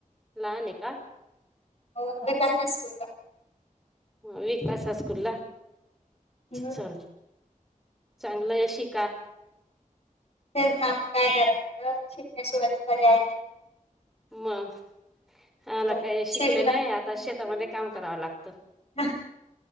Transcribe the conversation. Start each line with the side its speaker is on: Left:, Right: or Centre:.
Centre: लाहाने का?
Left: हो विकास हायस्कूल ला.
Centre: ह विकास हायस्कूल ला.
Left: मग
Centre: चल चांगलंय शीका.
Left: तेच ना काय करायचं शिकण्याशिवाय पर्याय नाही.
Centre: मग हाना
Left: हो.
Centre: काही शिकले
Left: शिकलं
Centre: नाही आता शेतामध्ये काम करावं लागतं
Left: हम